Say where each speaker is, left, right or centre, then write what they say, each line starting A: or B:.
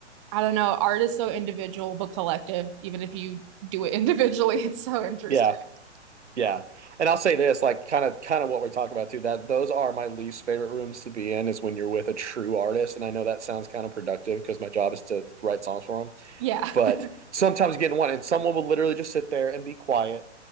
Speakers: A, on the right (about 25°); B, on the right (about 75°).
A: I don't know, art is so individual but collective, even if you do it individually, <laughs> it's so interesting.
B: Yeah. Yeah. And I'll say this, like kind of kind of what we're talking about too, that those are my least favorite rooms to be in is when you're with a true artist. And I know that sounds counterproductive because my job is to write songs for them.
A: Yeah.
B: But
A: <laughs>
B: sometimes you get in one and someone will literally just sit there and be quiet